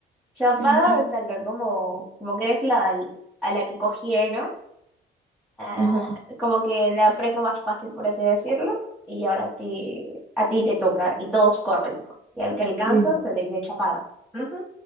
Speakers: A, in the centre; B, on the right.
A: Chapada,
B: ajá,
A: o sea, que como, como que eres la, a la que cogieron ah,
B: ajá,
A: como que la presa más fácil, por así decirlo, y ahora a ti, a ti te toca y todos corren, ¿no? Y al que alcanza
B: sí.
A: se le dice chapada. Ujú.